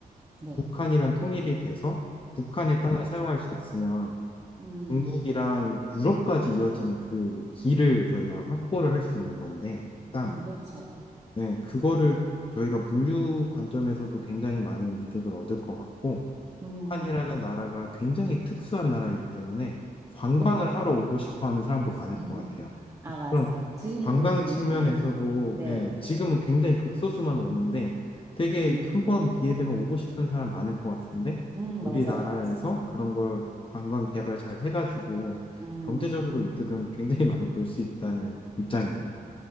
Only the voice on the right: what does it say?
네,
음,
음,
음, 그렇죠.
음,
음,
네.
<laughs>
아,
맞아요.
지금도
되게
인기 많잖아요. 네,
음,
음,
맞아요, 맞아요.
음,